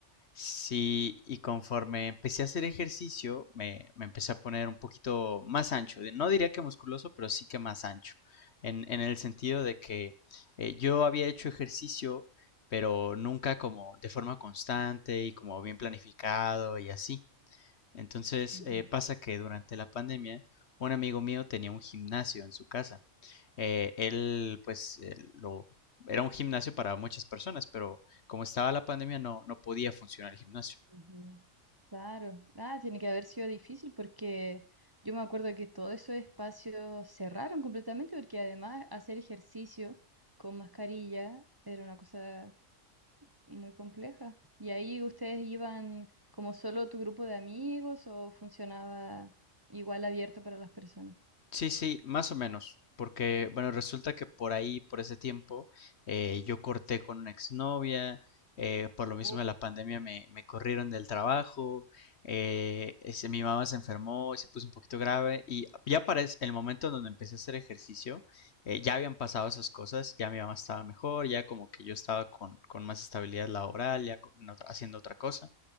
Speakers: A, on the left; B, on the right.
A: Sí, y conforme empecé a hacer ejercicio, me, me empecé a poner un poquito más ancho. De- No diría que musculoso, pero sí que más ancho. En, en el sentido de que eh, yo había hecho ejercicio, pero nunca como de forma constante y como bien planificado y así. Entonces
B: Ujú,
A: eh, pasa que durante la pandemia un amigo mío tenía un gimnasio en su casa. Eh, él pues él lo, era un gimnasio para muchas personas, pero como estaba la pandemia no, no podía funcionar el gimnasio.
B: ujú. Claro. Ah, tiene que haber sido difícil porque yo me acuerdo que todos esos espacios cerraron completamente porque además hacer ejercicio con mascarilla era una cosa muy compleja. ¿Y ahí ustedes iban como solo tu grupo de amigos o funcionaba igual abierto para las personas?
A: Sí, sí, más o menos. Porque, bueno, resulta que por ahí, por ese tiempo, eh, yo corté con una exnovia, eh, por lo mismo
B: Uy,
A: de la pandemia me, me corrieron del trabajo, eh, ese- mi mamá se enfermó, y se puso un poquito grave y ya para es- el momento en donde empecé a hacer ejercicio, eh, ya habían pasado esas cosas, ya mi mamá estaba mejor, ya como que yo estaba con, con más estabilidad laboral, ya con- haciendo otra cosa.